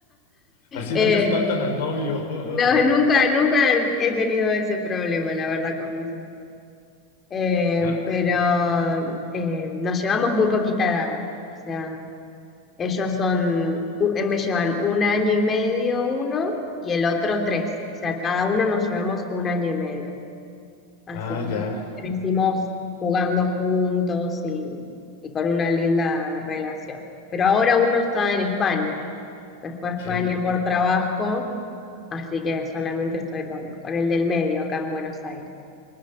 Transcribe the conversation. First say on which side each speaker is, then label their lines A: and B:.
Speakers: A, on the left; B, on the left.
A: Así
B: Eh,
A: no te espantan al novio. <laughs>
B: no, nunca, nunca he tenido ese problema, la verdad, con mis hermanos. Eh,
A: Ah,
B: pero eh, nos llevamos muy poquita edad. O sea, Ellos son, u- eh, me llevan un año y medio uno y el otro tres. O sea, cada uno nos llevamos un año y medio. Así
A: Ah,
B: que
A: ya,
B: crecimos jugando juntos y, y con una linda relación. Pero ahora uno está en España. Se fue a España
A: sí.
B: por trabajo, así que solamente estoy con, con el del medio acá en Buenos Aires.